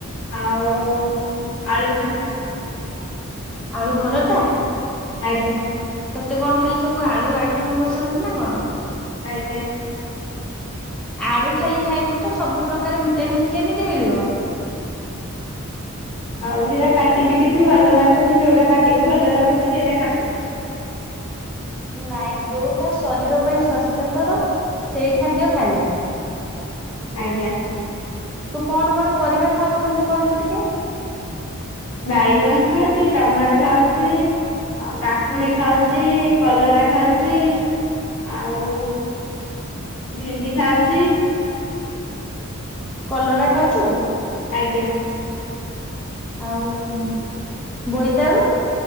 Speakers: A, on the left; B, in the centre.
A: ଆଉ ଆଳୁ ଭର୍ତ୍ତା।
B: ଆଳୁ ଭରତା।
A: ଆଜ୍ଞା।
B: ତତେ କଣ ଖାଲି ସବୁ ଆଳୁ ଆଇଟମ ପସନ୍ଦ ନା କଣ।
A: ଆଜ୍ଞା।
B: ଆଳୁ ଖାଲି ଖାଇବୁ ତ ସବୁ ପ୍ରକାର ଭିଟାମିନ୍ କେମିତି ମିଳିବ।
A: ଆଉ ସେଇଟା ପାଟିକି କିଛି ଭଲ ଲାଗୁନି ଯୋଉଟା ପାଟିିକି ଭଲ ଲାଗୁଛି ସେଇଟା ଖ
B: ନାଇଁ ଯୋଉଟା ଶରୀର ପାଇଁ ସ୍ଵାସ୍ଥ୍ୟକର ସେଇ ଖାଦ୍ୟ ଖାଇବୁ।
A: ଆଜ୍ଞା।
B: ତୁ କଣ କଣ ପରିବା ଖାଉଛୁ ମତେ କହିଲୁ ଟିକେ?
A: ବାଇଗଣ ଖାଉଛି ଟମାଟୋ ଖାଉଛି ଆ କାକୁଡି ଖାଉଛି। କଲରା ଖାଉଛି ଆଉ ଭେଣ୍ଡି ଖାଉଛି।
B: କଲରା ଖାଉଛୁ?
A: ଆଜ୍ଞା।
B: ଆଉଁ ବୋଇତାଳୁ